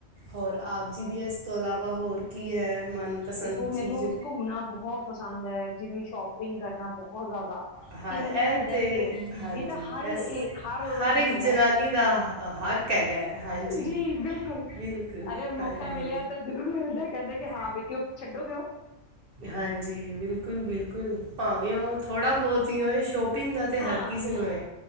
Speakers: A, on the right; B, on the left.
A: ਹੋਰ ਆਪ ਜੀ ਦੀ ਇਸ ਤੋਂ ਇਲਾਵਾ ਹੋਰ ਕੀ ਹੈ। ਮਨਪਸੰਦ
B: ਦੇਖੋ
A: ਚੀਜ਼
B: ਮੈਨੂੰ ਘੁੰਮਣਾ ਬਹੁਤ ਪਸੰਦ ਹੈ, ਜਿਵੇਂ ਸ਼ੋਪਿੰਗ ਕਰਨਾ ਬਹੁਤ ਜ਼ਿਆਦਾ।
A: ਹਾਂ
B: ਕਿ
A: ਪਸੰਦ
B: ਮੈਨੂੰ ਇਹ ਹੁੰਦਾ ਕਿ
A: ਹੈ। ਤੇ ਹਾਂਜੀ
B: ਇਹ ਤਾਂ ਹਰ,
A: ਇਸ
B: ਹਰ ਔਰਤ ਨੂੰ
A: ਇੱਕ
B: ਹੈ।
A: ਜਨਾਨੀ ਦਾ ਹ ਹੱਕ ਹੈਗਾ ਹੈ। ਹਾਂਜੀ
B: ਜੀ ਬਿਲਕੁਲ
A: ਬਿਲਕੁਲ
B: ਅਗਰ ਮੌਕਾ
A: ਹਾਂਜੀ
B: ਮਿਲਿਆ
A: ਹਾਂਜੀ
B: ਤਾਂ ਮਿਲਦਾ ਕਹਿੰਦੇ ਕਿ
A: ਹੈ,
B: ਹਾਂ ਵਿਕਿਓ <unintelligible> ਛੱਡੋਗੇਓ
A: ਹਾਂਜੀ ਬਿਲਕੁਲ ਬਿਲਕੁਲ ਭਾਵੇਂ ਉਹ ਥੋੜ੍ਹਾ ਬਹੁਤ ਹੀ ਹੋਏ ਸ਼ੋਪ ਪਿੰਗ ਦਾ ਤਾਂ ਹਰ
B: ਹਾਂ
A: ਕੀ ਸੇ ਨੂ ਹੈ